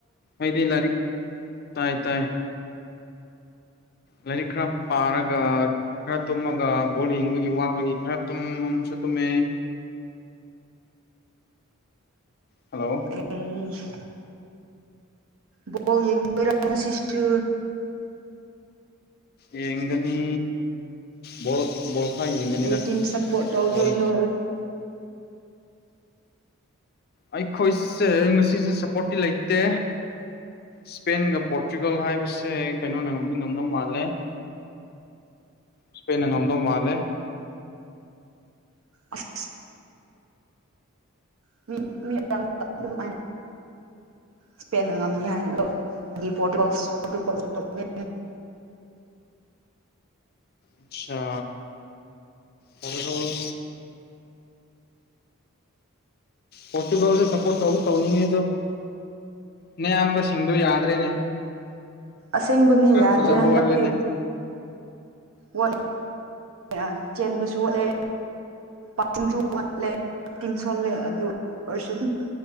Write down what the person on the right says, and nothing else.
ꯑꯦꯁ <unintelligible> ꯕꯣꯜ ꯌꯦꯡꯗꯨꯏꯔꯥ ꯉꯁꯤꯁꯨ
ꯀꯔꯤ ꯇꯤꯝ ꯁꯞꯄꯣꯔꯠ ꯇꯧꯗꯣꯏꯅꯣ
ꯑꯁ <unintelligible> ꯁ꯭ꯄꯦꯟꯗ ꯉꯝꯅꯤ ꯍꯥꯏꯅ <unintelligible> ꯄꯣꯔꯇꯨꯒꯜꯁꯨ <unintelligible>
ꯑꯁꯦꯡꯕꯅꯤ
ꯌꯥꯗ꯭ꯔꯦ
ꯍꯟꯗꯛꯇꯤ
ꯋꯥꯠꯂꯦ <unintelligible> ꯆꯦꯟꯕꯁꯨ ꯋꯥꯠꯂꯦ <unintelligible> ꯋꯥꯠꯂꯦ ꯇꯤꯝ ꯁꯣꯜꯂꯦ ꯑꯗꯨ ꯑꯣꯏꯔꯁꯨ ꯑꯗꯨꯝ